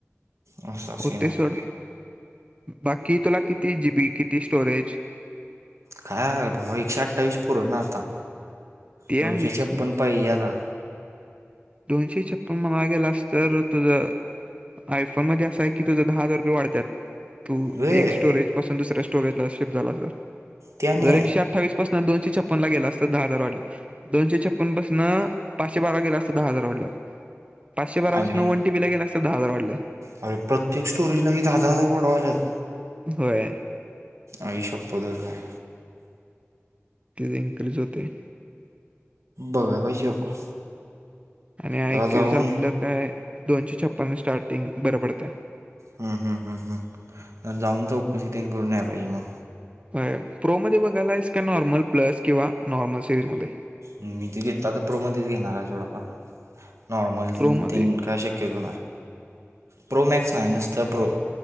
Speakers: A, on the right; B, on the right.
A: असा सीन
B: हुतय
A: आहे.
B: सोड. बाकी तुला किती जीबी, किती स्टोरेज,
A: काय भावा एकशे अठ्ठावीस पुर ना आता,
B: ते
A: दोनशे
B: आहेच
A: छपन पाहिेजे आता.
B: दोनशे छप्पन मनाय गेलास तर तुझंऽ. आयफोन मध्ये असं आहे की तुझं दहा हजार रुपये वाढत्यात, तू
A: व्हय
B: एक स्टोरेजऽ. पासून दूसर्या स्टोरेज ला शीफ्ट झालास तर,
A: त्याने
B: जरा एकशे आठाऽ. अठ्ठावीस पासून दोनशे छप्पनला गेलास तर दहा हजार वाढलं, दोनशे छप्पन पासनं पाचशे बारा गेला असताऽ. दहा हजार वाढलं, पाचशे बारा
A: आणि
B: पासन वन टी बीला गेला अस तर दहा हजार वाढलं.
A: अरे प्रत्येक स्टोरेजला हे दहा हजार वाडवा ल्यात.
B: होय,
A: आई शपथ च काय.
B: ते एन्करेज होतेय.
A: बघाय पाहिजे बाबा.
B: आणि आयक्यूचं
A: जरा जाऊन
B: आपलं काय, दोनशे छप्पन्न स्टार्टिंग बरं पडतंय.
A: हम् हम् ह हम, जाऊन चौकशी तेन करून याय पाहिजे मग.
B: वय, प्रो मध्ये बघायलायस का नॉर्मल प्लस किंवा नॉर्मल सिरीज मध्ये.
A: मी, ते घेतला तर प्रोमध्येच घेणार आहे सोड बाबा. नॉर्मल
B: प्रो मध्ये
A: तन काय शक्यतो नाय, प्रो मॅक्स नाही नुसता प्रो.